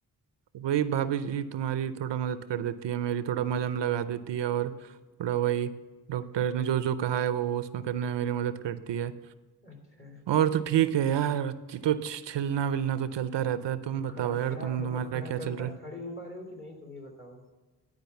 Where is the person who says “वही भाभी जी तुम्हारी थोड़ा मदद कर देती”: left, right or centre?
Right